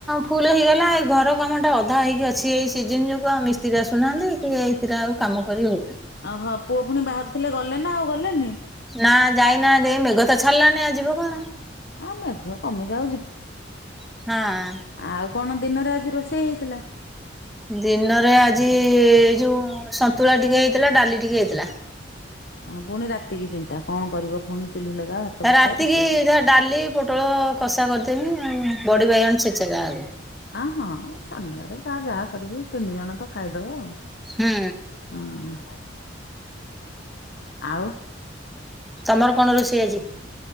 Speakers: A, in the centre; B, on the left.
A: ହେଇକି ଅଛି ଏଇ ସିଜିନ ଯୋଗୁ ଆଉ ମିସ୍ତ୍ରୀ ଆସୁନାହାନ୍ତି କି ଏଇଥିରେ ଆଉ କାମ କରି ହେଉନି।
B: ଓହଁ ପୁଅ ପୁଣି ବାହାରୁଥିଲେ ଗଲେ ନା ଆଉ ଗଲେନି?
A: ନା ଯାଇନାହାନ୍ତି ଏଇ ମେଘ ତ ଛାଡିଲାନି ଯିବ
B: ଆଉ
A: କଣ
B: ମେଘ
A: ହଁ।
B: ଆଉ କଣ ଦିନରେ ଆଜି ରୋଷେଇ ହେଇଥିଲା?
A: ଦିନରେ ଆଜି ଏଇ ଯୋଉ ସନ୍ତୁଳା ଟିକେ ହେଇଥିଲା ଡାଲି ଟିକେ ହେଇଥିଲା।
B: ଆ ପୁଣି ରାତିକି ଚିନ୍ତା କଣ କରିବ ପୁଣି ଚୁଲି ଲଗାଅ ଭାତ ବସା
A: ରାତିକି
B: ରୋଷେଇ କର।
A: ଯାହା ଡାଲି ପୋଟଳ କଷା କରିଦେମି ଆଉ ବଡି ଭାଇଗଣ ଛେଚା ଗାଁର
B: ଆ ହଁ ଶନିବାର ତ ଯାହା କରିକି ତିନି ଜଣ ତ ଖାଇଦବ ଆଉ।
A: ହୁଁ।
B: ହଁ ଆଉ
A: ତମର କଣ ରୋଷେଇ ଆଜି?